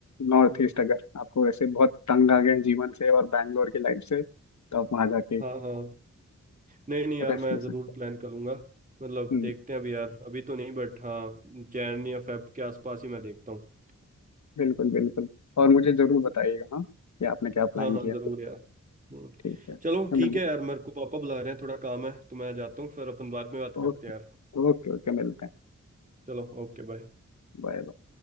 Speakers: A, on the left; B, on the right.
A: नॉर्थ
B: हम्म
A: ईस्ट अगर आपको ऐसे बहुत तंग आ गए हैं जीवन से और बैंगलोर की लाइफ से तो आप वहाँ जाके
B: हाँ हाँ नहीं नहीं यार
A: रेस्ट
B: मैं
A: ले
B: ज़रूर
A: सकते हैं
B: प्लान करूंगा मतलब
A: हम्म,
B: देखते हैं अभी यार अभी तो नहीं बट हाँ जैन या फेब के आसपास ही मैं देखता हूँ
A: बिल्कुल बिल्कुल और मुझे जरूर बताइएगा हाँ कि आपने क्या प्लान
B: हाँ हाँ
A: किया
B: ज़रूर यार हम्म,
A: ठीक है फिर
B: चलो ठीक
A: मिलते
B: है यार
A: हैं
B: मेरे को पापा बुला रहे हैं थोड़ा काम है तो मैं जाता हूँ फिर अपन बाद में बात
A: ओके
B: करते हैं यार
A: ओके ओके मिलते हैं
B: चलो ओके बाय
A: Bye bye.